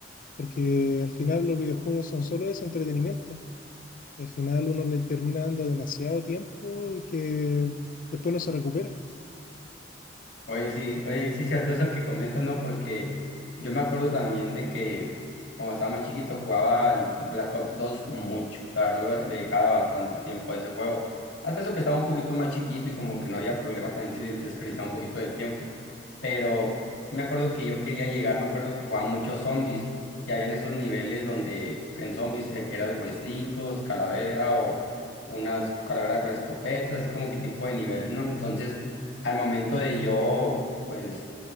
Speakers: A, on the left (about 45°); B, on the left (about 75°).
A: porque al final los videojuegos son solo eso, entretenimiento. Y al final uno le termina dando demasiado tiempo que después no se recupera.
B: Oye, sí, oye, sí es cierto eso que comentas, ¿no? Porque yo me acuerdo también de que cuando estaba más chiquito jugaba al Black Ops dos mucho. La verdad lo- le dedicaba bastante tiempo a ese juego. Hasta eso que estaba un poquito más chiquito y como que no había problema también si desperdiciaba un poquito de tiempo. Pero sí me acuerdo que yo quería llegar, me acuerdo que jugaba muchos zombies y habían esos niveles donde en zombies eh, que eran huesitos, calavera o unas calaveras con escopetas, así como que tipo de niveles, ¿no? Entonces al momento de yo, pues,